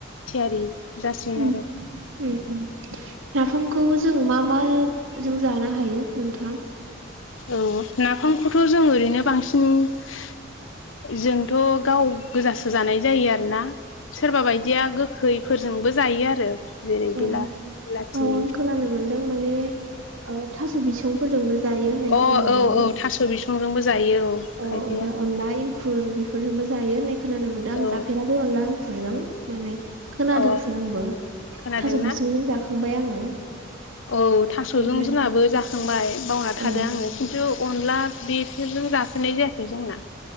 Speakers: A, on the left; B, on the right.
A: थियारि जासिगोन
B: उम
A: आरो।
B: उम उम नाफामखौ जों मा म जों जानो हायो नोंथां?
A: औ नाफामखौथ' जों ओरैनो बांसिन जोंथ' गाव गोजासो जानाय जायो आरोना? सोरबा
B: औ
A: बायदिया गोखैफोरजोंबो जायो आरो। जेरै
B: औ
A: बिला बिलाथि
B: औ आं खोनानो मोनदों माने ओ थास' बिसंफोरजोंबो जायो होननाय
A: औ अ
B: खोनानो मोनदों।
A: औ औ थास' बिसंजोंबो जायो
B: औ
A: खायफाया
B: ओमफाय अला इं खुर बेफोरजोंबो जायो होननाय खोनानो मोनदों आं
A: औ
B: जाफेराखै अनला आंखुरजों माने खोनादोंसो
A: औ
B: आंबो थास'
A: खोनादोंना
B: बिसांजों जाखांबाय आङो।
A: औ थास'जों
B: ओमफ्राय
A: जोङाबो जाखांबाय बावना थादो
B: औ
A: आङो खिन्थु अनला बेफोरजों जाफेरनाय जायाखै जोंना